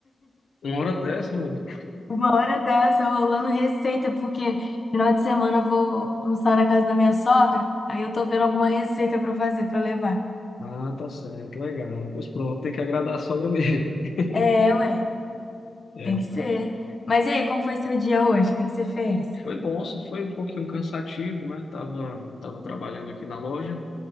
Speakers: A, on the left (about 80°); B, on the left (about 40°).
A: Uma hora dessa, mano?
B: Uma hora dessa, rolando receita, porque final de semana eu vou almoçar na casa da minha sogra. Aí eu tô vendo alguma receita pra fazer, pra levar.
A: Ah, tá certo, legal. Pois pronto, tem que agradar a sogra mesmo. <laughs>
B: É, ué,
A: É.
B: tem que ser. Mas e aí, como foi seu dia hoje? O que que você fez?
A: Foi bom, só foi um pouquinho cansativo, né? Tava, tava trabalhando aqui na loja,